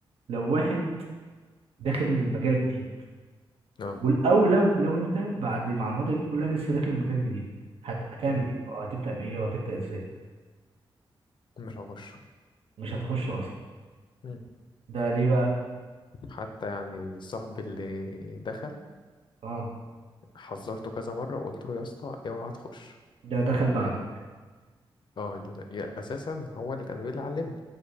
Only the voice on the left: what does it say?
اه
مم.
مش هخش
مم.
حتى يعني صاحبي اللي دخل
حذرته كذا مرة وقلت له يا اسطى اوعى تخش
اه ال- يا- اساسا هو اللي كان بيقول لي علمني